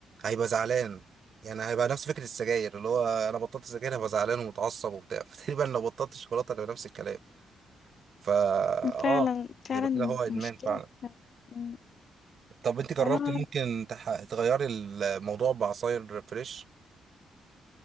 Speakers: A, on the right; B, on the left.
A: هيبقى زعلان يعني هيبقى نفس فكره السجاير اللي هو انا بطلت سجاير هبقى زعلان ومتعصب وبتاع <laughs> فتقريبا لو بطلت الشوكولاته هيبقى نفس الكلام فا اه
B: فعلا فعلا
A: هيبقى كده هو ادمان
B: مشكلة
A: فعلا
B: مم.
A: طب انت جربت
B: انا
A: ممكن تح... تغيري الموضوع بعصاير فريش